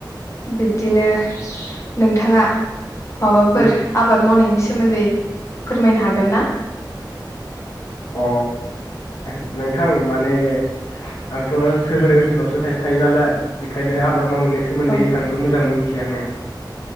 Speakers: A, on the left (about 35°); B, on the left (about 80°).
A: बिब्दिनो नोंथाङा। माबाफोर
B: उम
A: आबाद मावनायनि सोमोन्दै फोरमायनो हागोन ना?
B: अ नोंथां माने आंथ' सोहोर ओनसोलावसो साइद थायो नालाय बेखायनो आबाद। मावनायनि सोमोन्दै
A: औ
B: एसांबो मोजां मिथि मिथिया आङो